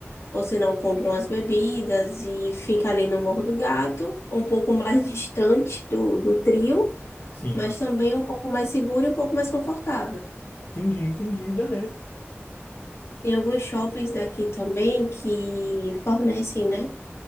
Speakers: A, on the left (about 75°); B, on the left (about 45°).
A: ou se não, compra umas bebidas e fica ali no Morro do Gato, um pouco mais distante do, do trio,
B: Sim.
A: mas também um pouco mais seguro e um pouco mais confortável.
B: Entendi, entendi, beleza.
A: Tem alguns shoppings daqui também que fornecem, né,